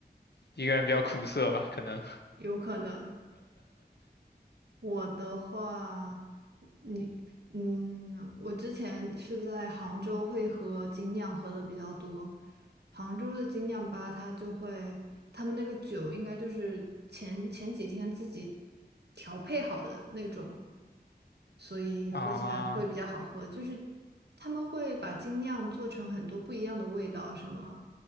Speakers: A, on the left (about 75°); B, on the right (about 75°).
A: 一个人比较苦涩吧，可能。
B: 有可能。我的话，你，嗯，我之前是在杭州会喝精酿喝的比较多，杭州的精酿吧，它就会，他们那个酒应该就是前前几天自己调配好的那种，所以喝起来会比较好喝。
A: <laughs> 啊
B: 就是他们会把精酿做成很多不一样的味道，什么